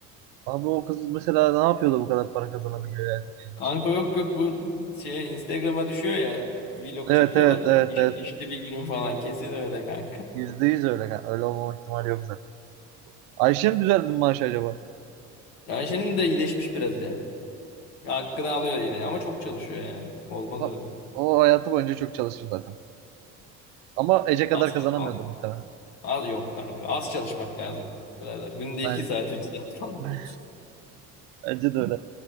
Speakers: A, on the right (about 45°); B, on the left (about 60°).
A: Abi o kız mesela ne yapıyor da bu kadar para kazanabiliyor yani? Çok ilginç.
B: Kanka yok yok bu şey Instagram'a düşüyor ya vlog
A: Evet,
B: çekiyorlar.
A: evet, evet,
B: İş,
A: evet.
B: işte bir günün falan kesin öyle kanka.
A: Yüzde yüz öyle. Yani. Öyle olmama ihtimali yok zaten. Ayşe'nin düzeldi mi maaşı acaba?
B: Ayşe'nin de iyileşmiş biraz ya. Hakkını alıyor yine ama çok çalışıyor yani. Olmaz
A: Ha,
B: öyle.
A: O hayatı boyunca çok çalışır zaten. Ama Ece
B: Az,
A: kadar kazanamıyordur
B: çal- al-
A: muhtemelen.
B: az yok kanka. Az çalışmak lazım birader. Günde
A: Ben,
B: 2 saat 3 saat falan.
A: <laughs>
B: <laughs>
A: bence de öyle.